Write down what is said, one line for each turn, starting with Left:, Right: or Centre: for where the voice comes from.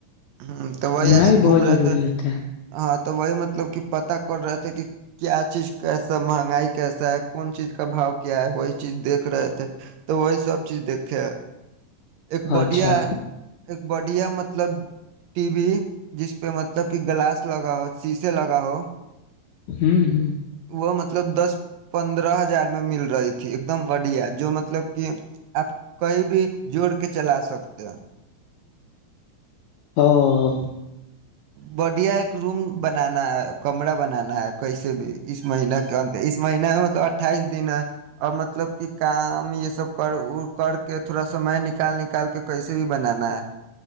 Right: ہ تو وہی
Left: گھومنا
Right: ایس
Left: بھی
Right: گھوم
Left: بہت
Right: رہے
Left: ضروری
Right: تھ
Left: ہوتا ہے
Right: ہ وہی مطلب کہ پتا کر رہے تھے کہ کیا چیز کیسا مہنگائی کیسا ہے کون چیز کا باؤ کیا ہے وہی چیز دیکھ رہے تھے تو وہی سب سب چیز دیکھے ایک بڑھیا
Left: اچھا
Right: ایک بڑیا م مطلب ٹی وی جس پہ مطلب کہ گلاس لگا ہو شیشے لگا ہو
Left: ہوں ہ
Right: وہ مطلب دس پندرہ ہزار میں مل رہی تھی ایک دم بڑھیا جو مطلب کہ آپ کہئی بھی جوڑ کے چلا سکتے ہیں
Left: او
Right: بڈیا ایک روم بنانا ہے کمرہ بنانا ہے کیسے بھی اس مہین کے انر اس مہین میں مطلب اٹھائیس دن ہے اور مطلب کہ کام یہ سب کر کر کے تھوڑا سم میں نک نکال نکال کے کیسے بھی بنانا ہے